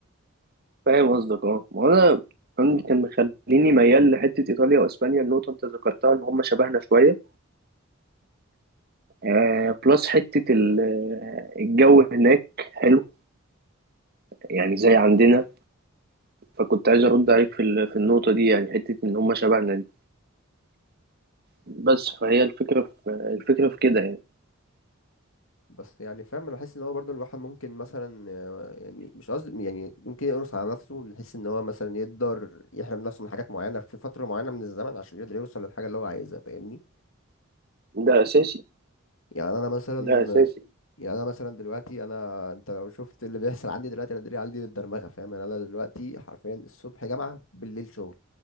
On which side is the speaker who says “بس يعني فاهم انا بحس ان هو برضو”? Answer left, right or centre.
Left